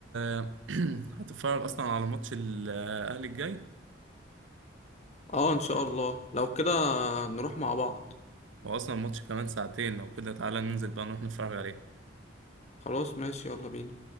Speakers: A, on the right; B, on the left.
A: <clears throat> هتتفرج اصلا على ماتش الاهلي الجاي
B: اه ان شاء الله لو كده نروح مع بعض
A: هو اصلا الماتش كمان ساعتين لو كده تعالى ننزل بقى نروح نتفرج عليه
B: خلاص ماشي يلا بينا